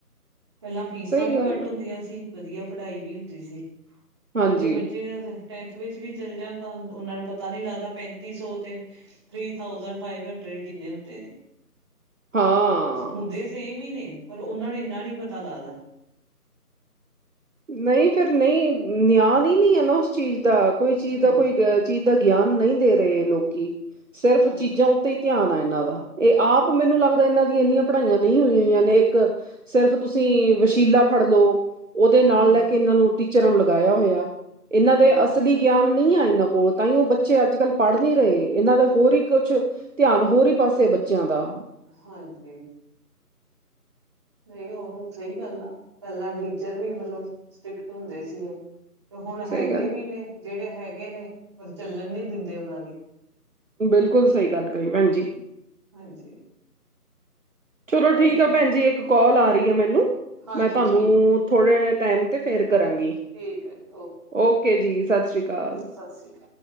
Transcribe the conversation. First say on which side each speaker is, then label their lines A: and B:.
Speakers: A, on the right; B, on the right.
A: ਪਹਿਲਾਂ ਫੀਸਾਂ
B: ਸਹੀ
A: ਵੀ
B: ਗੱਲ
A: ਘੱਟ
B: ਆ।
A: ਹੁੰਦੀਆਂ ਸੀ। ਵਧੀਆ ਪੜ੍ਹਾਈ ਵੀ ਹੁੰਦੀ ਸੀ।
B: ਹਾਂਜੀ
A: ਹੁਣ ਦੇ ਬੱਚੇ ਟੈਂਥ ਵਿੱਚ ਵੀ ਚੱਲ ਜਾਦਾ, ਉਨਾਂ ਨੂੰ ਪਤਾ ਨਈ ਲੱਗਦਾ ਪੈਂਤੀ ਸੌ ਤੇ ਥਰੀ-ਥਾਊਜੈਂਡ, ਫਾਈਵ-ਹੰਡਰਡ ਕਿੰਨੇ ਹੁੰਦੇ ਨੇ?
B: ਹਾਂ
A: ਹੁੰਦੇ ਸੇਮ ਈ ਨੇ, ਪਰ ਉਹਨਾਂ ਨੂੰ ਏਨਾ ਨੀ ਪਤਾ ਲੱਗਦਾ।
B: ਨਈ ਫੇਰ ਨਈ ਨਿਆਨ ਈ ਨੀ ਨਾ ਉਸ ਚੀਜ਼ ਦਾ, ਕੋਈ ਚੀਜ਼
A: ਹੂੰ
B: ਦਾ ਕੋਈ ਚੀਜ਼ ਦਾ ਗਿਆਨ ਨਹੀਂ ਦੇ ਰਹੇ ਲੋਕੀ, ਸਿਰਫ
A: ਹਾਂ
B: ਚੀਜ਼ਾਂ ਉੱਤੇ ਹੀ ਧਿਆਨ ਆ ਇਨਾਂ ਦਾ, ਇਹ ਆਪ ਮੈਨੂੰ ਲੱਗਦਾ ਇਨਾਂ ਦੀਆਂ ਇੰਨੀਆਂ ਪੜ੍ਹਾਈਆਂ ਨਹੀਂ ਹੋਈ ਹੋਈਆਂ ਨੇ ਇੱਕ ਸਿਰਫ਼ ਤੁਸੀਂ ਵਸ਼ੀਲਾ ਫੜ ਲਓ। ਤੇ ਨਾਲ
A: ਹੂੰ
B: ਲੈ ਕੇ ਇਹਨਾਂ ਨੂੰ ਟੀਚਰਾਂ ਨੂੰ ਲਗਾਇਆ ਹੋਇਆ, ਇਹਨਾਂ
A: ਹਾਂਜੀ
B: ਦੇ ਅਸਲੀ ਗਿਆਨ ਨਈ ਆਂ ਇਨਾਂ ਕੋਲ, ਤਾਂਇਓ ਬੱਚੇ ਅੱਜ-ਕੱਲ੍ਹ ਪੜ੍ਹ ਨੀ ਰਏ, ਇਹਨਾਂ ਦਾ ਹੀ ਹੋਰੀ ਈ ਕੁਛ ਧਿਆਨ ਹੋਰ ਈ ਪਾਸੇ ਬੱਚਿਆਂ ਦਾ।
A: ਹਾਂਜੀ। ਨਹੀਂ ਉਹ ਸਹੀ ਗੱਲ ਆ, ਪਹਿਲਾਂ ਟੀਚਰ ਵੀ ਮਤਲਬ ਸਟ੍ਰਿੱਕਟ ਹੁੰਦੇ ਸੀਗੇ। ਤੇ ਹੁਣ
B: ਸਹੀ
A: ਹੈਗੇ
B: ਗੱਲ
A: ਵੀ ਨੇ ਜਿਹੜੇ ਹੈਗੇ ਨੇ ਉਹ ਚੱਲਣ ਨੀ ਦਿੰਦੇ ਉਹਨਾਂ ਦੀ।
B: ਬਿਲਕੁਲ ਸਹੀ ਗੱਲ ਕਹੀ ਭੈਣ ਜੀ।
A: ਹਾਂਜੀ।
B: ਚਲੋ
A: ਹੋਰ
B: ਠੀਕ
A: ਸੁਣਾਓ
B: ਆ ਭੈਣ ਜੀ ਇੱਕ ਕੋਲ ਆ ਰਹੀ ਆ ਮੈਨੂੰ,
A: ਹਾਂਜੀ
B: ਮੈਂ ਤੁਹਾਨੂੰ
A: ਠੀਕ
B: ਥੋੜੇ ਟੈਮ ਤੇ ਫਿਰ ਕਰਾਂਗੀ,
A: ਠੀਕ ਹੈ ਜੀ
B: ਓਕੇ ਜੀ ਸਤਿ ਸ੍ਰੀ ਕਾਲ।
A: ਸਤਿ ਸ਼੍ਰੀ ਅਕਾਲ